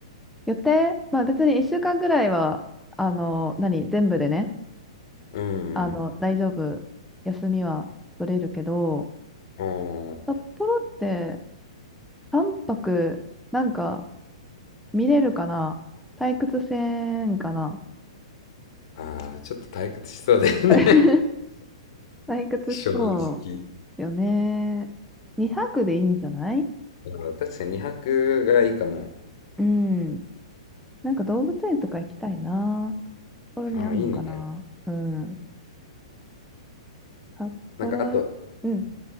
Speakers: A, in the centre; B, on the left.
A: 予定まあ別に1週間ぐらいは、あの、何全部でね、
B: うん。
A: あの、大丈夫。休みは取れるけど、
B: おー
A: 札幌って3泊、なんか見れるかな退屈せんかな
B: ああ、ちょっと退屈しそうだよね
A: <laughs> 退屈しそ
B: <laughs> 正直。
A: うよね。2泊でいいんじゃない
B: うん確かに2泊がいいかも。
A: うん。なんか動物園とか行きたいな。札幌にあんのかな。
B: ああ、いいね。
A: うん。札幌、
B: なんかあと、
A: うん。